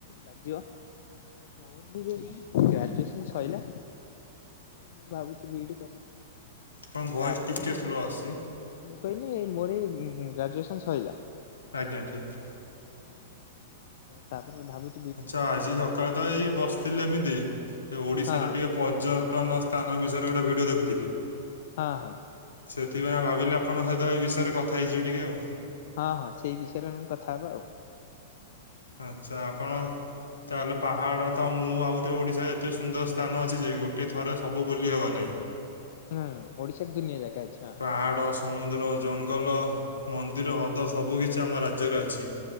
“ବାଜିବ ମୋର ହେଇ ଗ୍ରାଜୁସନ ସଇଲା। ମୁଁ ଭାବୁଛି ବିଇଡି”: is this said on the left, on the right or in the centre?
Left